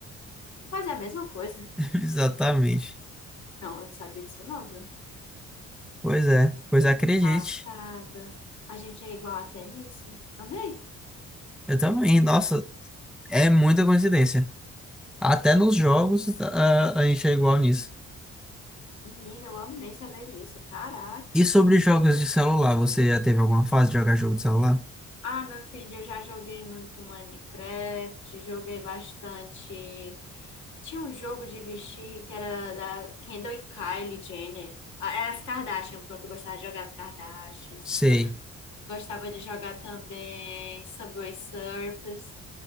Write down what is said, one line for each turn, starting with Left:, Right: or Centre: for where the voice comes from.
Left: Tu fazia a mesma coisa?
Centre: <laughs> exatamente.
Left: Não, eu não sabia disso não, viu?
Centre: Pois é. Pois acredite.
Left: Passada. A gente é igual até nisso. Amei.
Centre: Eu também. Nossa, é muita coincidência. Até nos jogos, a, a gente é igual nisso.
Left: Menina, eu amei saber disso. Caraca.
Centre: E sobre jogos de celular, você já teve alguma fase de jogar jogo de celular?
Left: Ah, meu filho, eu já joguei muito Minecraft, joguei bastante Tinha um jogo de vestir que era da Kendall e Kylie Jenner. Ah, Era as Kardashian, pronto, eu gostava de jogar as Kardashians.
Centre: Sei.
Left: Gostava de jogar também Subway Surfers.